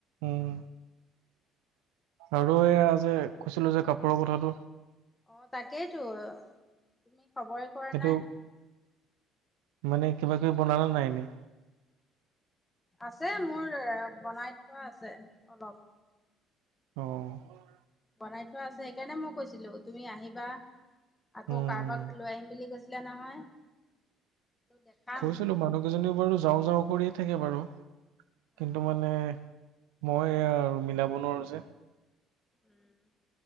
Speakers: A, on the right (about 90°); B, on the left (about 15°).
A: উম! আৰু এয়া যে কৈছিলো যে কাপোৰ <unintelligible> কথাটো?
B: অ' তাকেইতো তুমি খবৰে কৰা
A: সেইটো
B: নাই।
A: মানে কিবা-কিবি বনালা নাই এনেই?
B: আছে মোৰ এ বনাই থোৱা আছে অলপ।
A: অঁ!
B: বনাই থোৱা আছে সেইকাৰণে মই কৈছিলো তুমি আহিবা, আকৌ
A: উম।
B: কাৰোবাক লৈ আহিম বুলি কৈছ ছিলা নহয়। দেখাম
A: কৈছিলো মানুহকেইজনীও বাৰু যাওঁ-যাওঁ কৰিয়ে থাকে বাৰু
B: অ
A: কিন্তু মানে মইয়ে আৰু মিলাব নোৱাৰো যে।
B: উম!